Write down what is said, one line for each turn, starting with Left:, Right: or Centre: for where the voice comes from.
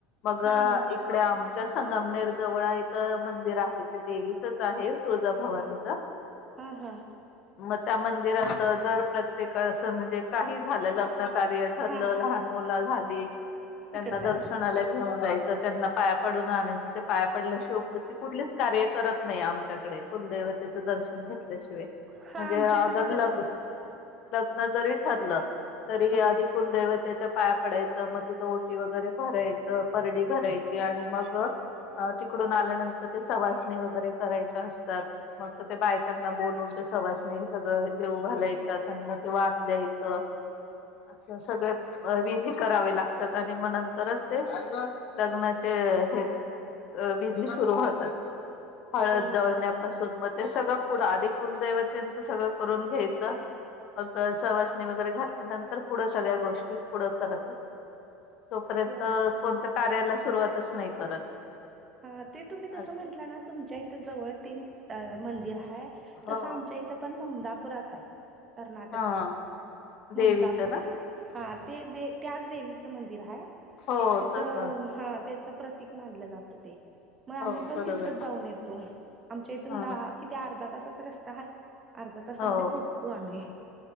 Left: मग
Right: हा हा
Left: इकडे आमच्या संगमनेर जवळ एक मंदिर आहे ते देवीचच आहे तुळजाभवानीच.
Right: हा हा हा
Left: मग त्या मंदिरात दर प्रत्येक म्हणजे काही झालं लग्न कार्य ठरलं
Right: हा
Left: लहान मुल झाली त्यांना
Right: तिकडं जायचं
Left: दर्शनाला घेऊन जायचं. त्यांना पाया पडून आणायच ते पाया पडल्या शिवाय कुठलीच कार्य करत नाही आमच्याकडे. कुलदैवतेचं दर्शन घेतल्याशिवाय
Right: हा
Left: म्हणजे
Right: आमच्याकडे
Left: जर
Right: बी
Left: लग्न
Right: तस
Left: जरी ठरल तरी
Right: हा
Left: आधी कुलदैवतेच्या पाया पडायचं मग तिथं ओटी वगैरे भरायचं परडी भरायची आणि मग अ तिकडून आल्यानंतर ते सवासणी वगैरे करायच्या असतात. मग ते बायकांना बोलून ते सहवासणी सगळं जेव घालायत का त्यांना ते वान द्यायच असं सगळ विधी करावे लागतात आणि मग नंतरच ते लग्नाचे हे अ विधी सुरू होतात. हळद
Right: हो
Left: दळण्यापासून
Right: हो
Left: मग ते सगळं पुढं आधी कुलदैवतेचं सगळं करून घ्यायचं मग सवासणी वगैरे घातल्यानंतर पुढं सगळ्या गोष्टी पुढं करतात. तोपर्यंत
Right: होय
Left: कोणत्या कार्याला सुरुवातच नाही करत.
Right: हा ते तुम्ही तसं
Left: असं
Right: म्हंटलं ना तुमच्या इथं जवळ ते मंदिर हाय
Left: हो
Right: तसं आमच्या इथ त पण ममदापुरात हाय कर्नाटक
Left: हा
Right: ममदापूर.
Left: देवीचं ना
Right: हा ते दे त्याच देवीचं मंदिर हाय
Left: हो
Right: तिथं
Left: तस
Right: हा त्येच प्रतीक मानलं जातं ते. मग आम्ही
Left: हो
Right: पण
Left: बरोबर
Right: तिथच जाऊन येतो, आमच्या इथून
Left: हा
Right: दहा किती अर्धा तासाचा रस्ता हाय. अर्धा तासामध्ये
Left: हो
Right: पोहोचतो आम्ही.